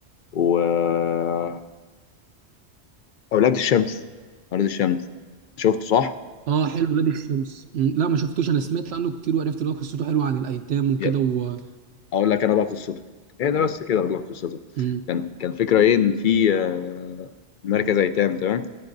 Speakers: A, on the left; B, on the right.
A: و آه، اولاد الشمس اولاد الشمس شفته صح؟
B: اه حلو ولاد الشمس مم، لا ما شفتوش انا سمعت عنه كتير وعرفت ان هو قصته حلوه عن الايتام وكده
A: يا.
B: و
A: اقول لك انا بقى قصته ايه ده بس كده اقول لك قصته
B: مم،
A: كان كان فكره ايه ان في آه، مركز ايتام تمام